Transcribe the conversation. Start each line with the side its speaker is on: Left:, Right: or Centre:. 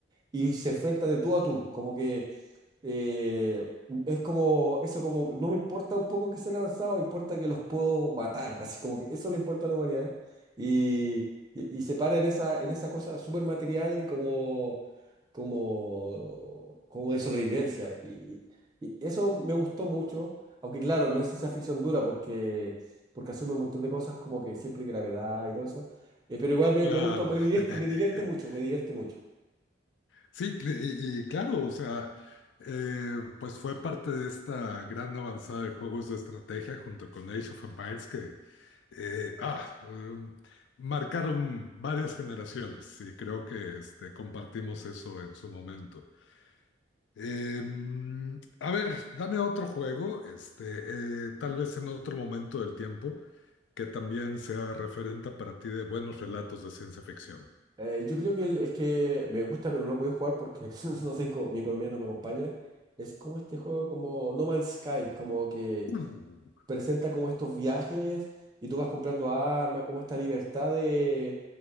Right: y se enfrenta de tú a tú, como que eh, es como, eso como, no me importa un poco que sean avanzados, me importa que los puedo matar, así como que eso le importa a la humanidad. Y, y, y se para en esa, en esa cosa súper material y como, como, como de sobrevivencia. Y, y- y eso me gustó mucho, aunque claro, no es ciencia ficción dura porque, porque asume un montón de cosas como que siempre hay gravedad y todo eso. Eh, pero igual me,
Left: Claro.
Right: me gustó, me divierte,
Left: <laughs>
Right: me divierte mucho, me divierte mucho.
Left: Sí, cl- y, y claro, o sea, eh, pues fue parte de esta gran avanzada de juegos de estrategia junto con Age of Empires que eh, ah, em, marcaron varias generaciones y creo que este, compartimos eso en su momento. Eh, a ver, dame otro juego, este, eh, tal vez en otro momento del tiempo, que también sea referente para ti de buenos relatos de ciencia ficción. <clears throat>
Right: Eh, yo creo que el, el que me gusta pero no lo puedo jugar porque <laughs> no tengo, mi economía no me acompaña, es como este juego como No Man's Sky, como que
Left: Mm.
Right: presenta como estos viajes y tú vas comprando armas, como esta libertad de